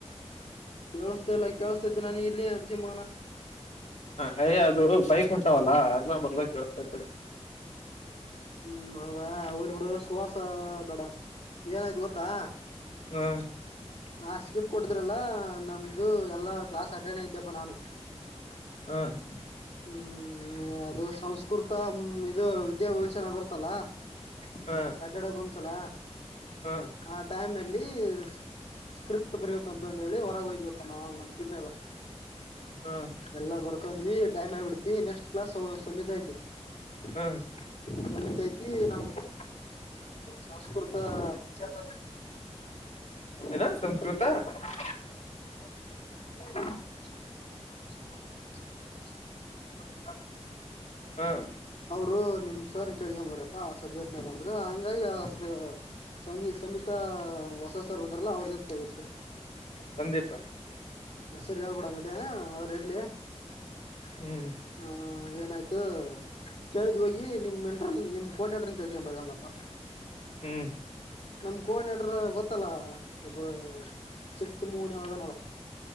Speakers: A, on the left; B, on the left.
A: ಕೇಳಿಸಸ್ತ, ಇಲ್ಲ ಕೇಳಿಸತೈದ, ಇಲ್ಲಿ, ಇರ್ತಿ, ಮಗನ? <inaudible>
B: ಹೇ, ಅದು ಬೈಕ್ಂಟಾವಲ್ಲಾ! ಅರ್ಧಂಬರ್ಧ ಕೇಳಿಸ್ತೈತೆ ತಡಿ? <inaudible>
A: ಹ್ಮ್, ಹೌದಾ! ಹೋಗ್ಲಿ ಬಿಡು ಸುವಾಸ, ಬೇಡ, ಏನಾಯ್ತು ಗೊತ್ತಾ? <inaudible>
B: ಹ್ಮ. <inaudible>
A: ಹ, ಶೀಟ್ ಕೊಟ್ಟಿದ್ರಲ್ಲ! ನಮ್ದು, ಎಲ್ಲ ಕ್ಲಾಸ್ ಅಟೆಂಡ್, ಇದ್ದೆಪ ನಾನು! <inaudible> <unintelligible> <inaudible>
B: ಹೂ. <inaudible>
A: ಹ್ಮ್, ಅದು ಸಂಸ್ಕೃತ! ಇದು ವಿದ್ಯಾಭೂಷಣ ಬರುತ್ತಲ್ಲ? <inaudible>
B: ಹಾ
A: ಸಾಟರ್ಡೆ, ಒಂದ್ಸಲ!
B: ಹಾ
A: ಆ ಟೈಮಲ್ಲಿ? <inaudible> ಸ್ಕ್ರಿಪ್ಟ್, ಬರಿಬೇಕು! ಅಂತ, ಹೇಳಿ! ಹೊರ, ಹೋಗಿದೆವಪ್ಪ! ನಾವು ಕ್ಲೀನರ್? <inaudible>
B: ಹಾ. <inaudible>
A: ಎಲ್ಲಾ ಬರ್ಕೊಂಡ್ವಿ! ಟೈಮ್ ಆಗಿ ಬಿಡ್ತಿ, ನೆಕ್ಸ್ಟ್ ಕ್ಲಾಸ್, ಸಮಿತಿ ಆಯ್ತಿ? <inaudible>
B: ಹಾ
A: ಸಮಿತಿ ಆಯ್ತಿ, ನಮ್ಮ, ಸಂಸ್ಕೃತ ಟೀಚರ್! <unintelligible>
B: ಏನು, ಸಂಸ್ಕೃತ? <unintelligible>
A: <inaudible> <unintelligible> <inaudible> <unintelligible>
B: ಹೂ. <inaudible>
A: ಅವರು, ನಿಮ್ಮ ಸರ್ ಕೇಳ್ಕೊಂಡ್ ಬರಪ್ಪಾ! ಆ ಸಬ್ಜೆಕ್ಟ್ನಾರ, ಅಂದ್ರರು, ಹೀಗಾಗಿ, ಆ? <inaudible> ಸಮಿ, ಸಮಿತ, ಹೊಸ ಸರ್ ಬಂದಾರಲ್ಲ! ಅವ್ರ್ ಜೊತೆ ಹೋಗ್ತಿಯ? <inaudible>
B: ಸಂದೀಪ
A: ಹೆಸರು, ಹೇಳ್ಬೇಡ, ಹಗಿದ್ದೀಯಾ, ಅವರು, ಇರಲಿ.. <inaudible>
B: ಹ್ಮ್. <inaudible>
A: ಹೂ, ಏನಾಯ್ತು! ಕೇಳಿದು, ಹೋಗಿ? <inaudible> ನಿಮ್ಮ, ಮೆಂಟಲ್! ನಿಮ್ಮ ಕೋರ್ಟ್ನೇಟರ್ ಕೇಳ್ಕೊಂಡು, ಭರಮಪ್ಪ? <inaudible>
B: ಹ್ಮ್. <inaudible>
A: ನಮ್, ಕೋಆಡಿನೇಟರ್ ಗೊತ್ತಲ್ಲ! ಇಬ್ಬ್ರು? <inaudible> ಸ್ವಿಫ್ಟ್, ಮೂರು, ಏನು ಅದಾ? <inaudible>